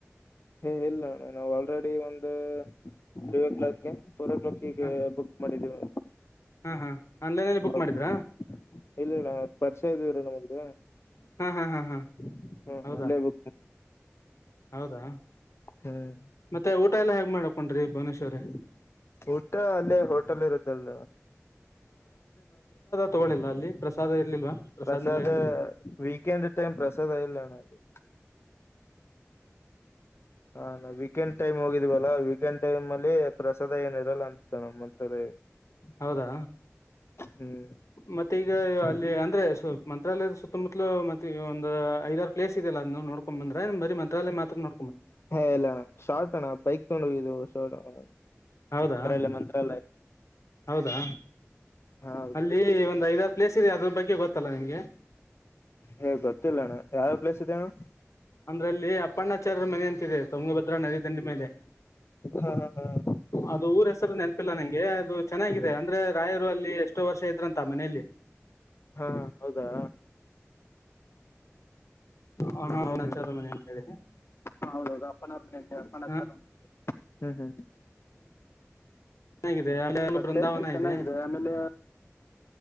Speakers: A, on the left; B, on the left.
A: ಏ ಇಲ್ಲ ಆಲ್ರೆಡಿ ಒಂದು ತ್ರಿ ಓ ಕ್ಲಾಕ್ ಏ ಫೋರ್ ಓ ಕ್ಲಾಕಿಗೆ
B: ಹ
A: ಬುಕ್ ಮಾಡಿದ್ದೀವಿ.
B: ಹಾ ಹಾ ಆನ್ಲೈನ್ ಬುಕ್
A: ಅವ್ರ್-
B: ಮಾಡಿದ್ರಾ.
A: ಇಲ್ಲ ಅವ್ರ ಪರಿಚಯ ಇದೇವ್ರ ನಮ್ದ.
B: ಹಾ ಹಾ ಹಾ ಹಾ
A: ಹ್ಮ
B: ಹೌದಾ
A: ಅಲ್ಲೇ ಬುಕ್.
B: ಹೌದಾ
A: ಹ್ಮ್
B: ಮತ್ತೆ ಊಟ ಎಲ್ಲ ಹೇಗ್ ಮಾಡಕೊಂಡ್ರಿ ಭುವನೇಶ್ವರಿ.
A: ಊಟ ಅಲ್ಲೇ ಹೋಟೆಲ್ ಇರುತ್ತಲ್.
B: ತಗೊಳ್ಳಿಲ್ಲ ಅಲ್ಲಿ ಪ್ರಸಾದ ಇರ್ಲಿಲ್ವಾ. ಪ್ರಸಾದ್
A: ಪ್ರಸಾದಾದ
B: ನಿಲಯ
A: ವೀಕೆಂಡ್ ಟೈಮ ಪ್ರಸಾದ ಇಲ್ಲಣ ಅ. ಹ ನಾ ವೀಕೆಂಡ್ ಟೈಮ್ ಹೋಗಿದ್ವಲ್ಲ ವೀಕೆಂಡ್ ಟೈಮ್ ಅಲ್ಲಿ ಪ್ರಸಾದ ಏನಿರಲ್ಲ ಅಂತ ನಮ್ಮ್ ಮಂತ್ರಲ್ಲಿ.
B: ಹೌದಾ
A: ಹ್ಮ್
B: ಮತ್ತೆ ಈಗ ಅಲ್ಲಿ ಅಂದ್ರೆ ಸ್. ಮಂತ್ರಾಲಯದ ಸುತ್ತಮುತ್ತಲ ಮ ಈ ಒಂದು ಐದ ಪ್ಲೇಸ್ ಇದೆಲ್ಲ ಅದ ನೋಡ್ಕೊಂಡ್ ಬಂದ್ರೆ ಬರ ಮಂತ್ರಾಲಯ ಮಾತ್ರ ನೋ.
A: ಹಾ ಇಲ್ಲ ಅಣ್ಣ ಶಾರ್ಟ್ ಅಣ್ಣ ಬೈಕ್ ತಗೊಂಡು ಹೋಗು ಶಾರ್ಟ್ ಅಣ.
B: ಹೌದಾ
A: ಬಯಲ ಮಂತ್ರಾಲಯ.
B: ಹೌದಾ.
A: ಹಾ ಹೌದು
B: ಅಲ್ಲಿ ಒಂದ್ ಐದಾರು ಪ್ಲೇಸ್ ಇದೆ ಅದ್ರ ಬಗ್ಗೆ ಗೊತ್ತಲ್ಲ ನಿಮ್ಗೆ.
A: ಹೇ ಗೊತ್ತಿಲ್ಲಣ್ಣ ಯಾವ. ಪ್ಲೇಸ್ ಇದೆ ಅಣ್ಣ
B: ಅಂದ್ರಲ್ಲಿ ಅಪ್ಪಣ್ಣಾಚಾರ್ಯರ ಮನೆ ಅಂತಿದೆ ತುಂಗಭದ್ರ ನದಿ ತಂಡಿ ಮೇಲೆ.
A: ಹಾ ಹಾ ಹಾ
B: ಅದು ಊರ್ ಹೆಸರು ನೆನಪಿಲ್ಲ ನಂಗೆ ಅದು ಚೆನ್ನಾಗಿದೆ ಅಂದ್ರೆ. ರಾಯರು ಅಲ್ಲಿ ಎಷ್ಟೋ ವರ್ಷ ಇದ್ರಂತ ಮನೆಯಲ್ಲಿ.
A: ಹಾ ಹೌದಾ.
B: ಹ
A: ಹ್ಮ್
B: ಅವನಚಾರ
A: ಹ್ಮ್ ಹ್ಮ್
B: ಮನೆ ಅಂತ ಹೇಳಿ.
A: ಹ ಹೌದೌದು ಅಪ್ಪನ್ರ ಮತೇವೆ ಅಪ್ಪನ
B: ಹ,
A: ಅಚಾರ ಹ ಹ.
B: ಚೆನ್ನಾಗಿದೆ ಅಲ್ಲಿ ಅಲ್ಲಿ
A: ಮತ್ತೆ
B: ಬೃಂದಾವನ
A: ಚೆನ್ನಾಗಿದೆ
B: ಇದೆ
A: ಆಮೇಲೆ.